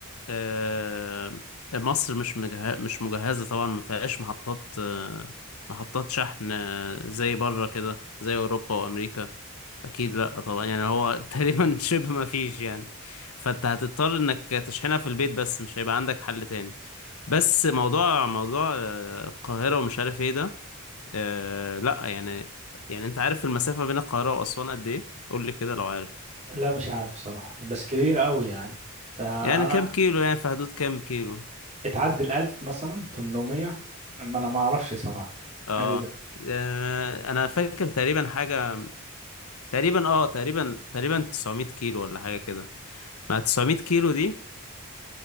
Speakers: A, on the left; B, on the right.
A: أه مصر مش مجه... مش مجهزة طبعا ما فيهاش محطات آه، محطات شحن آه، زي بره كده زي اوروبا وامريكا اكيد لا طبعا يعني هو <laughs> تقريبا شبه ما فيش يعني فانت هتضطر انك تشحنها في البيت بس مش هيبقى عندك حل تاني بس موضوع موضوع آه، القاهرة ومش عارف ايه ده آه لا يعني يعني انت عارف المسافة بين القاهرة واسوان قد ايه قول لي كده لو عارف
B: لا مش عارف صراحه بس كبير قوي يعني ده
A: يعني
B: انا
A: كام كيلو يعني في حدود كام كيلو
B: اتعدى الالف مثلا 800 ما انا ما اعرفش صراحه
A: اه
B: حاجه زي
A: آه، انا فاكر تقريبا حاجة تقريبا اه تقريبا تقريبا 900 كيلو ولا حاجة كده مع 900 كيلو دي